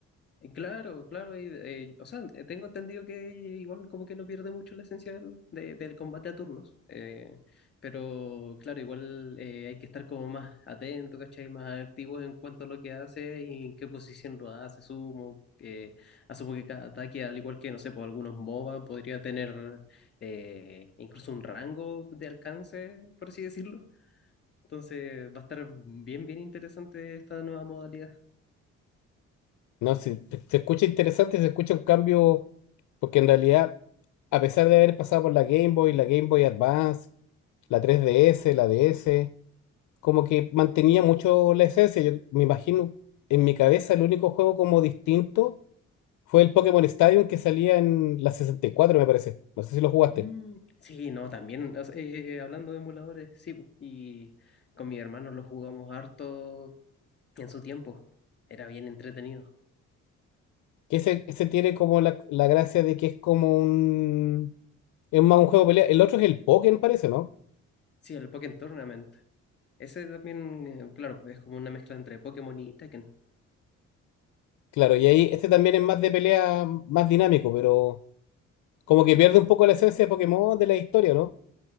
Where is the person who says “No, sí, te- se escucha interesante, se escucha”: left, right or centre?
Left